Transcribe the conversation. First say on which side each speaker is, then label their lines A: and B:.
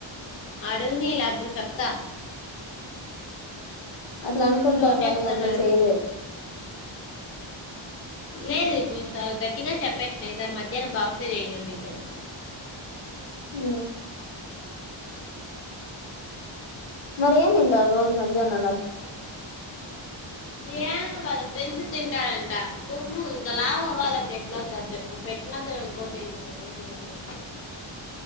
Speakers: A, on the left; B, on the left.
A: అడుగునేలే అప్పుడు చెప్తా
B: అట్లా అనుకుంటాం
A: షో చేస్తున్నాడు
B: కానీ అట్లా చేయలేరు
A: లేదు ఇప్పుడు స గట్టిగా చెప్పేచ్చినయి సార్ మధ్యాహ్నం బాక్సే చేయనివు నీకని
B: ఉ మరేం తింటావ్ రోజు మధ్యానం
A: ఎమో గాలే ఫ్రెంచ్ తింటారంట కోవ్వు ఇంకా లావ అవ్వాలంటే ఎట్ల అవుతారు చెప్పు పెట్టిన తినకపోతే ఇంక నేను ఏం చేసేది